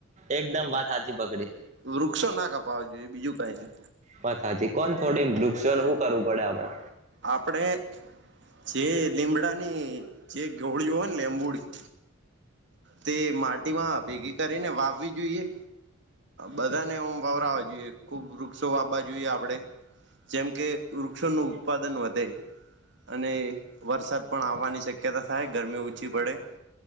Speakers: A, on the right; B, on the right.
A: એકદમ વાત હાચી પકડી
B: વૃક્ષો ના કપાવા જોઈએ બીજું કઈની
A: પથાજી કોણ થોડી વૃક્ષો નું હું કરવું પડે આપડે
B: આપડે જે લીમડાની જે ગોળીઓ હોય ને લેંબુડી તે માટીમાં ભેગી કરીને વાવવી જોઈએ બધાને ઓમ વવરાવા જોઈએ ખુબ વૃક્ષો વાવા જોઈએ આપડે જેમ કે વૃક્ષોનું ઉત્પાદન વધે અને વરસાદ પણ આવવાની શક્યતા થાય ગરમી ઓછી પડે